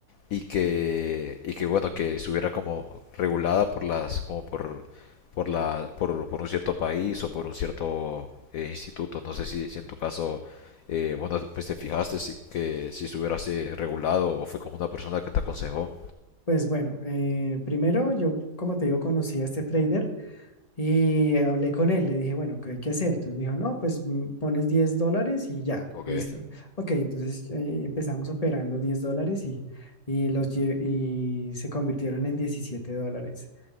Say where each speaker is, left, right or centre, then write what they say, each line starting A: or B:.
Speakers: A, on the left (about 65°); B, on the left (about 20°).
A: y que, y que bueno, que estuviera como regulada por las, como por, por la, por, por un cierto país o por un cierto eh, instituto. No sé si, si en tu caso, eh, bueno, pues te fijaste si, que si estuviera así regulado o fue como una persona que te aconsejó.
B: pues bueno, eh, primero yo, como te digo, conocí a este trader y hablé con él, le dije, bueno, ¿qué hay que hacer? Entonces me dijo, no, pues mm, pones 10 dólares y ya,
A: Ok,
B: listo. Ok, entonces eh, empezamos operando 10 dólares y, y, los, lle- y se convirtieron en 17 dólares.